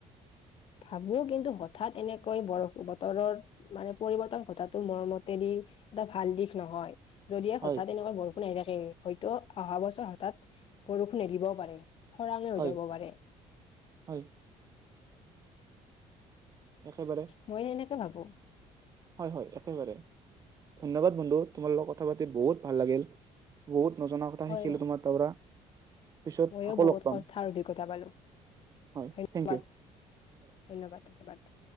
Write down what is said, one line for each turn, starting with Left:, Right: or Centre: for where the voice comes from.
Left: ভাবো কিন্তু হঠাৎ এনেকৈ বৰ বতৰত মানে পৰিৱৰ্তন ঘটাটো মোৰ মতেদি এটা ভাল দিশ নহয়। যদিহে
Right: হয়
Left: হঠাৎ এনেকুৱা বৰষুণ আহি থাকে হয়তো অহা বছৰ হঠাৎ বৰষুণ নেদিবও পাৰে। খৰাঙে হৈ
Right: হয়
Left: যাব পাৰে।
Right: হয় একেবাৰে
Left: ময়ে সেনেকে ভাবো।
Right: হয়, হয়, একেবাৰে। ধন্যবাদ বন্ধু, তোমাৰ লগত কথা পাতি বহুত ভাল লাগিল, বহুত নজনা কথা
Left: হয়
Right: শিকিলো তোমাৰ তাৰ পৰা। পিছত
Left: ময়ো
Right: আকৌ
Left: বহুত
Right: লগ পাম
Left: কথাৰ অভিজ্ঞতা পালোঁ।
Right: হয়
Left: ধন্যবাদ
Right: থেংক ইউ
Left: ধন্যবাদ ধন্যবাদ!